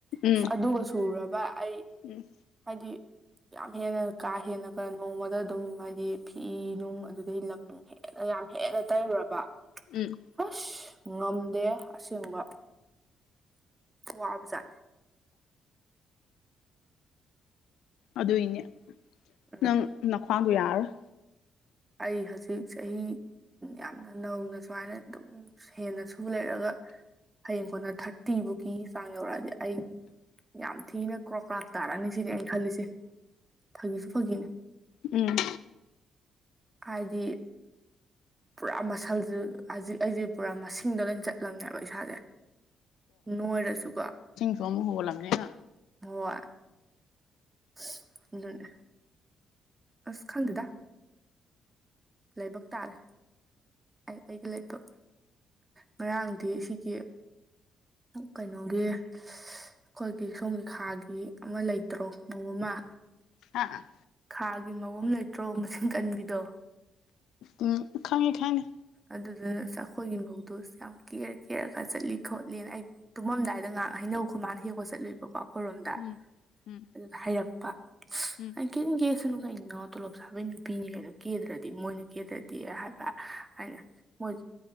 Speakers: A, on the left; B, on the right.
A: ꯎꯝ
B: ꯑꯁ ꯑꯗꯨꯒ ꯇꯨꯔꯕ ꯑꯩ
A: ꯎꯝ
B: ꯍꯥꯏꯗꯤ ꯌꯥꯝ ꯍꯦꯟꯅ ꯀꯥ ꯍꯦꯟꯅ ꯀ ꯅꯣꯡꯃꯗ ꯑꯗꯨꯝ ꯍꯥꯏꯗꯤ ꯐꯤ ꯅꯨꯡ ꯑꯗꯨꯗꯩ ꯂꯝꯅꯨꯡ ꯍꯦꯟꯅ ꯌꯥꯝ ꯍꯦꯟꯅ ꯇꯩꯔꯨꯔꯕ
A: ꯎꯝ
B: ꯑꯁ ꯉꯝꯗꯦ ꯑꯁꯦꯡꯕ ꯋꯥꯕꯖꯥꯠꯅꯤ
A: ꯑꯗꯨꯏꯅꯦ
B: ꯎꯝ
A: ꯅꯪ ꯅꯈ꯭ꯋꯥꯡꯗꯣ ꯌꯥꯔꯔꯣꯏ
B: ꯑꯩ ꯍꯧꯖꯤꯛ ꯆꯍꯤ ꯌꯥꯝꯅ ꯅꯧꯅ ꯁꯨꯃꯥꯏꯅ ꯑꯗꯨꯝ ꯍꯦꯟꯅ ꯁꯨ ꯂꯩꯔꯒ ꯍꯌꯦꯡ ꯀꯣꯟꯅ ꯊꯥꯔꯇꯤꯕꯨꯛꯀꯤ ꯆꯥꯡ ꯌꯧꯔꯛꯑꯗꯤ ꯑꯩ ꯌꯥꯝ ꯊꯤꯅ ꯀ꯭ꯔꯣ ꯀ꯭ꯔꯥꯛ ꯇꯥꯔꯛꯑꯅꯤ ꯁꯤꯅꯦ ꯑꯩꯅ ꯈꯜꯂꯤꯁꯦ ꯐꯥꯒꯤꯁꯨ ꯐꯥꯒꯤꯅꯦ
A: ꯎꯝ
B: ꯍꯥꯏꯗꯤ ꯄꯨꯔꯥ ꯃꯁꯜꯁꯦ ꯍꯧꯖꯤꯛ ꯑꯩꯁꯦ ꯄꯨꯔꯥ ꯃꯁꯤꯡꯗ ꯂꯣꯏꯅ ꯆꯠꯂꯝꯅꯦꯕ ꯏꯁꯥꯁꯦ ꯅꯣꯏꯔꯁꯨꯀꯣ
A: ꯇꯨꯝꯕ ꯍꯧꯒꯠꯂꯥꯕꯅꯤꯅ
B: ꯍꯣꯏ ꯑꯁ ꯑꯗꯨꯅꯤ ꯑꯁ ꯈꯪꯗꯦꯗ ꯂꯥꯏꯕꯛ ꯇꯥꯔꯦ ꯑꯩ ꯑꯩꯒꯤ ꯂꯦꯕꯇꯣ ꯉꯔꯥꯡꯗꯤ ꯁꯤꯒꯤ ꯀꯩꯅꯣꯒꯤ ꯑꯩꯈꯣꯏꯒꯤ ꯁꯣꯝꯒꯤ ꯈꯥꯒꯤ ꯑꯃ ꯂꯩꯇ꯭ꯔꯣ ꯃꯧ ꯑꯃ
A: ꯍꯥ
B: ꯈꯥꯒꯤ ꯃꯧ ꯑꯃ ꯂꯩꯇ꯭ꯔꯣ ꯃꯆꯤꯟ ꯀꯟꯕꯤꯗꯣ
A: ꯎꯝ ꯈꯪꯉꯦ ꯈꯪꯉꯦ
B: ꯑꯗꯨꯗꯨꯅ ꯑꯁ ꯑꯩꯈꯣꯏꯒꯤ ꯃꯧꯗꯣ ꯌꯥꯝ ꯀꯦꯔ ꯀꯦꯔꯒ ꯆꯠꯂꯤ ꯈꯣꯠꯂꯤꯅ ꯑꯩ ꯇꯨꯝꯃꯝꯗꯥꯏꯗ ꯉꯥꯏꯍꯥꯛ ꯍꯩꯅꯧ ꯈꯨꯃꯥꯅ ꯍꯦꯛꯄ ꯆꯠꯂꯨꯏꯕꯀꯣ ꯑꯩꯈꯣꯏꯔꯣꯝꯗ
A: ꯎꯝ ꯎꯝ
B: ꯑꯗꯨꯗ ꯍꯥꯏꯔꯛꯄ
A: ꯎꯝ
B: ꯀꯦꯅꯤꯡ ꯀꯦꯁꯅꯨ ꯀꯩꯅꯣ ꯇꯣꯂꯣꯞ ꯆꯥꯕꯩ ꯅꯨꯄꯤꯅꯤ ꯀꯩꯅꯣ ꯀꯦꯗ꯭ꯔꯗꯤ ꯃꯣꯏꯅ ꯀꯦꯗ꯭ꯔꯗꯤ ꯍꯥꯏꯕ ꯑꯩꯅ ꯃꯣꯏ